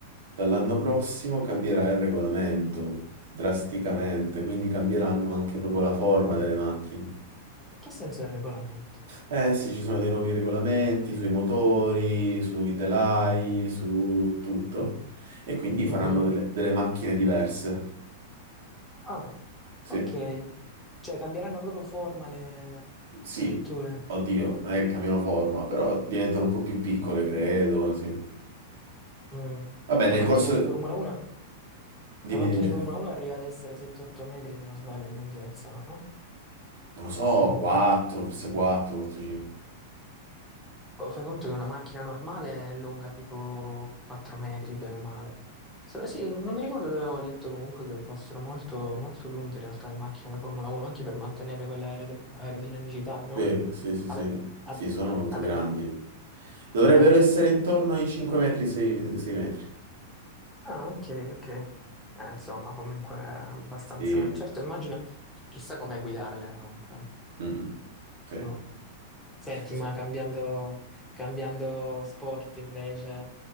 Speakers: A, on the right (about 70°); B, in the centre.
A: dall'anno prossimo cambierà il regolamento drasticamente, quindi cambieranno anche proprio la forma delle macchine.
B: in che senso è il regolamento?
A: Eh sì, ci sono dei nuovi regolamenti sui motori, sui telai, su tutto, e quindi
B: Mhm.
A: faranno delle, delle macchine diverse.
B: Ah,
A: Sì,
B: ok. Cioè, cambieranno proprio forma le,
A: sì,
B: le vetture.
A: oddio, non è che cambiano forma, però diventano un po' più piccole, credo, sì.
B: Mm.
A: Vabbè,
B: E poi
A: nel
B: una macchina
A: corso...
B: di Formula 1, una
A: Dimmi,
B: macchina
A: dimmi.
B: di Formula 1 arriva ad essere 7-8 metri, se non sbaglio, di lunghezza, no?
A: Non lo so,
B: Comunque.
A: 4, forse 4, 4, 5.
B: Oh, Fai conto che una macchina normale è lunga tipo 4 metri, bene o male. Se no- sì, non mi ricordo dove avevo letto comunque che fossero molto, molto lunghe in realtà le macchine da Formula 1, anche per mantenere quella aerode- aerodinamicità, no?
A: Sì, sì, sì,
B: Vabbè,
A: sì.
B: ah,
A: Sì, sono molto
B: vabbè,
A: grandi.
B: di-
A: Dovrebbero
B: eh.
A: essere intorno ai 5 metri, 6, metri.
B: Ah, ok, ok. Eh, insomma, comunque è abbastanza...
A: Sì.
B: Certo, immagino, chissà com'è guidarle comunque.
A: Mm, sì.
B: Boh. Senti,
A: Sì.
B: ma cambiando, cambiando sport invece,